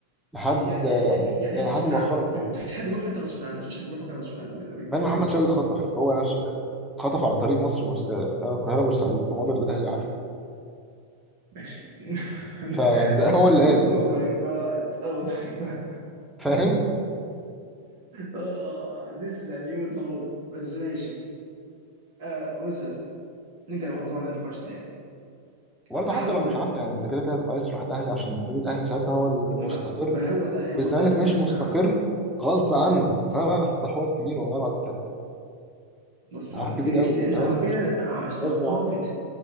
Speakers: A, in the centre; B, on the right (about 50°).
A: لحد
B: يعني يعني يعني يعني
A: يعني
B: إيه غصب
A: لحد مؤخرا
B: عنك
A: كمان
B: مفيش حد بيروح حته غصب عنه مفيش حد بيروح مكان غصب عنه by the way.
A: مع إن محمد شوقي اتخطف هو نفسه اتخطف على طريق مصر بورس... آه، آه، القاهرة بورسعيد ومضى للأهلي
B: خلاص
A: عافية
B: ماشي <laughs>
A: فيعني ده <laughs> هو اللي قال
B: اوه
A: فاهم
B: ماي جاد اوه ماي
A: فاهم
B: اه this is a new low بس ماشي آه بص يا اسطى نرجع لموضوع نقاشنا يعني
A: وبرضه
B: التحول
A: حتى لو مش عافية يعني انت كده كده هتبقى عايز تروح الأهلي عشان النادي الأهلي ساعتها هو المستقر
B: ما, ما هو ده
A: والزمالك
B: هو ده بس
A: مش
B: مش اسمها
A: مستقر
B: عافيه
A: غصب عنه بس انا بقى ده حوار كبير والله العظيم ثلاثه
B: غصب
A: ده حوار
B: عنك
A: كبير
B: انت
A: قوي
B: انت
A: الزمالك
B: حرفيا
A: مش
B: ثقافه
A: غصب عنه